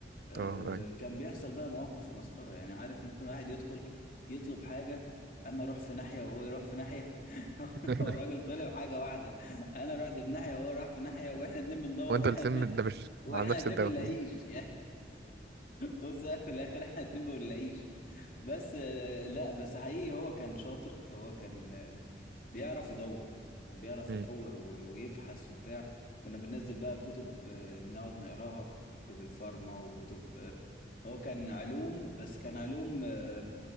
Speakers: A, on the left; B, on the right.
A: آه،
B: اه اي
A: كان بيحصل بقى مواقف مسخرة يعني عارف ممكن واحد يدخل يطلب حاجة أنا أروح في ناحية وهو يروح في ناحية <laughs>
B: <laughs>
A: هو الراجل طلب حاجة واحدة أنا رحت في ناحية وهو راح في ناحية وإحنا اتنين بندور
B: وانت
A: وإحنا
B: الترم
A: اتنين
B: ده مش
A: وإحنا
B: على نفس
A: اتنين
B: الدواء
A: بنلاقيش
B: <laughs>
A: <laughs> يعني بص في الآخر إحنا اتنين بنلاقيش بس آه، لا بس حقيقي هو كان شاطر هو كان آه، بيعرف يدور كان بيعرف
B: مم.
A: يدور و- ويبحث وبتاع كنا بننزل بقى كتب آه، نقعد نقراها كتب الفارما وكتب آه، هو كان علوم بس كان علوم آه،